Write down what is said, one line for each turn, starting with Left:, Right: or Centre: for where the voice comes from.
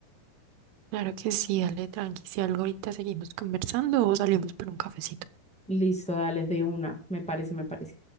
Right: Claro que sí, dale tranqui. Si algo ahorita seguimos conversando o salimos por un cafecito.
Centre: Listo, dale, de una, me parece, me parece.